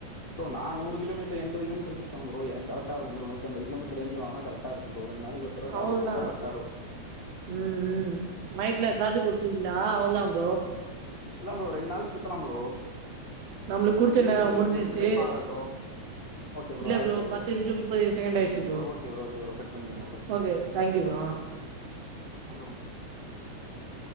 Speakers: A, on the left; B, on the right.
A: ப்ரோ நா நூரு கிலோமீட்டர் எண்பது கிலோமீட்டர் சுத்துவேன் ப்ரோ எனக்கு கரெட்டா இருக்கும் ப்ரோ நூத்தம்பது கிலோமீட்டர் ரேஞ்ச் வாங்னா கரெக்ட்டா இருக்கும் ப்ரோ நாளைக்கு ஒரு தடவ சார்ஜர்
B: அவ்ள்தா
A: போட்டா கரெக்டா இருக்கும்.
B: ம் ம் நைட்ல சார்ஜ் பிண்ணா அவன்தான் ப்ரோ
A: இல்லன் ப்ரோ ரெண் நாள் சுத்தலாம் ப்ரோ
B: நம்மளுக்கு
A: ப்ரோ
B: குடிச்ச
A: இருங்க
B: நேரோ
A: ப்ரோ இருங்க
B: முடிஞ்சிருச்சு
A: ப்ரோ இன்னு டைம் ஆகல ப்ரோ ஓகே ப்ரோ
B: இல்ல
A: ஆயிடுச்சா ப்ரோ
B: பத்து நிமிஷோ முப்பது செகண்ட் ஆயிடுச்சு
A: okay bro okay bro cut பண்ணிக்கங்க ப்ரோ
B: ஓகே தேங்க்யூ ப்ரோ ஆ
A: <unintelligible>